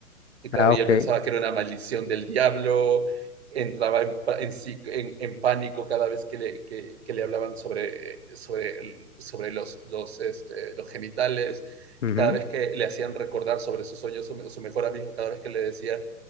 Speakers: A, on the right; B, on the left.
A: Y claro,
B: Ah,
A: y
B: ok.
A: él pensaba que era una maldición del diablo, entraba en, en, sí, en, pánico cada vez que le, que, que le hablaban sobre, sobre, sobre los, los, este, los genitales
B: Ujú,
A: cada vez que le hacían recordar sobre sus sueños, su, su, mejor amigo, cada vez que le decía,